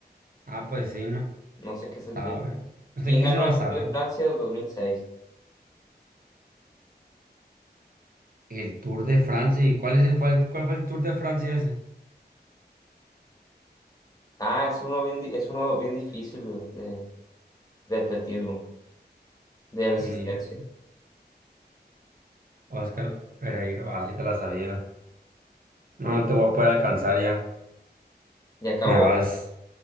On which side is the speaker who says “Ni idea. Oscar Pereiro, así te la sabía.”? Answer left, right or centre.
Right